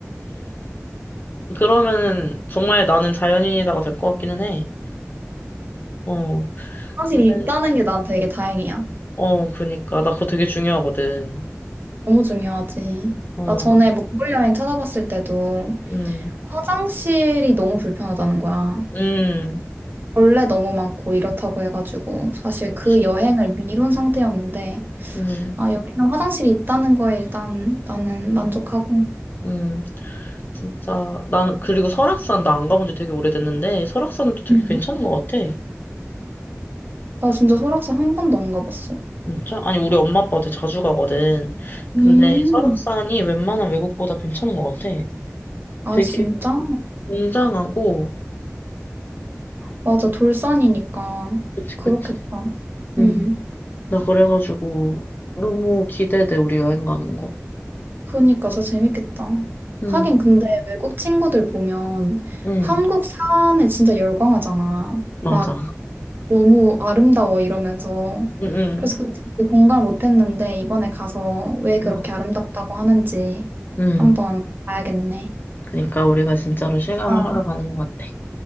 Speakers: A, on the left; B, on the right.
A: 그러면은 정말 나는 자연인이다가 될 것 같기는 해. 어,
B: 화장실이
A: 근데
B: 있다는 게 난 되게 다행이야.
A: 어, 그니까 나 그거 되게 중요하거든.
B: 너무 중요하지.
A: 어,
B: 나 전에 몽골 여행 찾아봤을 때도
A: 음,
B: 화장실이 너무 불편하다는 거야.
A: 음,
B: 벌레 너무 많고 이렇다고 해가지고 사실
A: 그렇지.
B: 그 여행을 미룬 상태였는데
A: 음,
B: 아 여기는 화장실이 있다는 거에 일단 나는
A: 음.
B: 만족하고
A: 음. 진짜 난 그리고 설악산 나 안 가본 지 되게 오래됐는데 설악산도 되게
B: 음.
A: 괜찮은 것 같아.
B: 나 진짜 설악산 한 번도 안 가봤어.
A: 진짜? 아니 우리 엄마 아빠 되게 자주 가거든. 근데
B: 음.
A: 설악산이 웬만한 외국보다 괜찮은 것 같아.
B: 아
A: 되게
B: 진짜?
A: 웅장하고
B: 맞아 돌산이니까
A: 그치
B: 그렇겠다.
A: 그치. 음.
B: 음.
A: 나 그래가지고 너무 기대돼 우리 여행 가는 거.
B: 그니까 진짜 재밌겠다.
A: 응
B: 하긴 근데 외국 친구들 보면
A: 응
B: 한국 산에 진짜 열광하잖아.
A: 맞아.
B: 막 너무 아름다워 이러면서.
A: 응응
B: 그래서 그때 되게 공감을 못했는데 이번에 가서 왜 그렇게
A: 응
B: 아름답다고 하는지
A: 응.
B: 한번 봐야겠네.
A: 그러니까 우리가 진짜로 실감을
B: 아,
A: 하러 가는 것 같아.